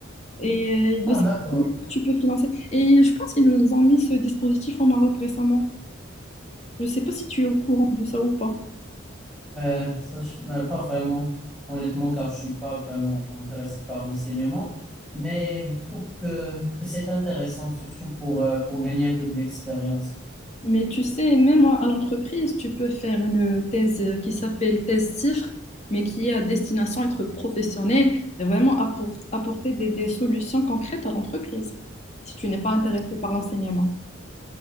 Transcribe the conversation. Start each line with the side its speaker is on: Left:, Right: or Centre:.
Left: Et euh,
Centre: Ah,
Left: de ça,
Centre: d'accord.
Left: tu peux financer. Et je pense qu'ils nous ont mis ce dispositif au Maroc récemment. Je ne sais pas si tu es au courant de ça ou pas.
Centre: Euh, ça, je- euh, pas vraiment, honnêtement, car je suis pas vraiment intéressé par l'enseignement, mais je trouve que, que c'est intéressant, surtout pour, euh, pour gagner un peu de l'expérience.
Left: Mais tu sais, même à à l'entreprise, tu peux faire une thèse qui s'appelle thèse CIFRE, mais qui est à destination être professionnelle et vraiment appor- apporter des, des solutions concrètes à l'entreprise, si tu n'es pas intéressé par l'enseignement.